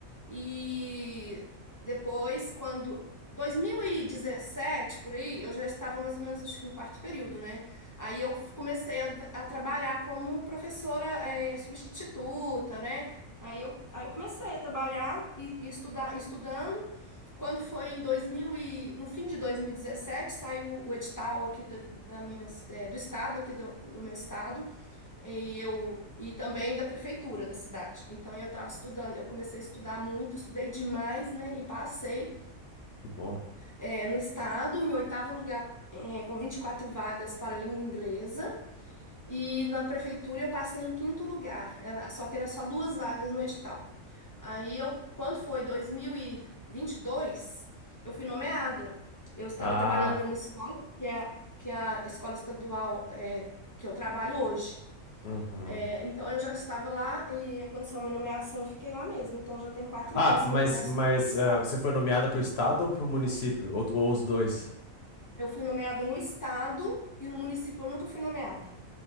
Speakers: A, on the left (about 20°); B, on the left (about 55°).
A: e depois, quando 2017 por aí, eu já estava mais ou menos, acho que no quarto período, né? Aí eu comecei a, a trabalhar como professora, eh, substituta, né? Aí eu, aí eu comecei a trabalhar e, e estudar, estudando. Quando foi em dois mil e, no fim de 2017 saiu o edital aqui da, da minha, eh, do estado, aqui do, do meu estado, e eu e também da prefeitura da cidade. Então eu estava estudando, eu comecei a estudar muito, estudei demais, né? E passei
B: Que bom.
A: eh, no estado em oitavo lugar eh, com 24 vagas para a língua inglesa e na prefeitura eu passei em quinto lugar. Era, só que era só duas vagas no edital. Aí eu, quando foi dois mil e e vinte e dois eu fui nomeada. Eu estava
B: Ah,
A: trabalhando em uma escola que é, que é a escola estadual eh, que eu trabalho hoje.
B: uhum.
A: É, Então, eu já estava lá e aconteceu a minha nomeação, eu fiquei lá mesmo. Então, já tem quatro
B: Ah,
A: anos
B: mas,
A: que eu estou nessa,
B: mas
A: nessa escola.
B: ah, você foi nomeada para o estado ou para o município? Ou, ou os dois?
A: Eu fui nomeada no estado e no município eu nunca fui nomeada.